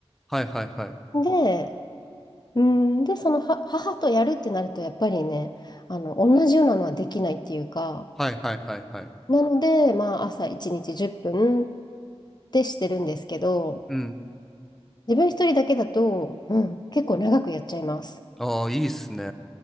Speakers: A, in the centre; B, on the left.
A: はいはいはい
B: で、うん、で、そのは母とやるってなると、やっぱりね、あの、同じようなのはできないっていうか、
A: はいはいはいはい
B: なので、まあ、朝1日10分っぷんってしてるんですけど、
A: うん
B: 自分一人だけだと、うん、結構長くやっちゃいます。
A: ああ、いいっすね。